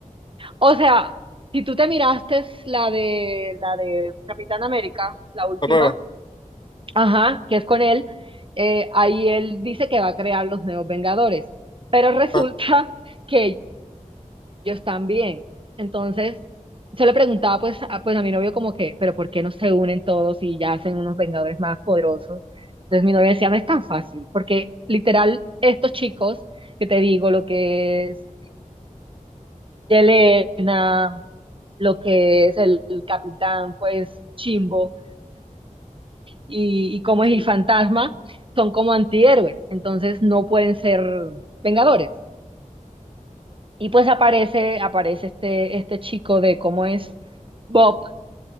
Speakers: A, on the right; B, on the left.
A: O sea, si tú te miraste la de la de Capitán América, la última,
B: La nueva.
A: ajá, que es con él, eh, ahí él dice que va a crear los nuevos Vengadores, pero <laughs> resulta
B: Ah,
A: que ellos también. Entonces, yo le preguntaba pues a, pues a mi novio como que, pero ¿por qué no se unen todos y ya hacen unos Vengadores más poderosos? Entonces mi novio decía, no es tan fácil, porque literal estos chicos que te digo, lo que es Yelena, lo que es el, el capitán, pues Chimbo y, y como
B: sí.
A: es el fantasma, son como antihéroes, entonces no pueden ser vengadores. Y pues aparece, aparece este, este chico de cómo es Bob,